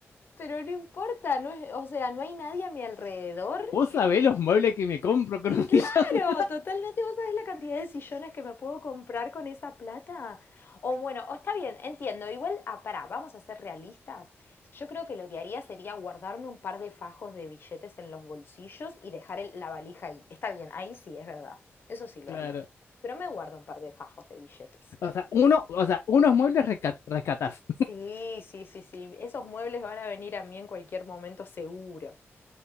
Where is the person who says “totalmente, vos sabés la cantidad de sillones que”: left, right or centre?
Left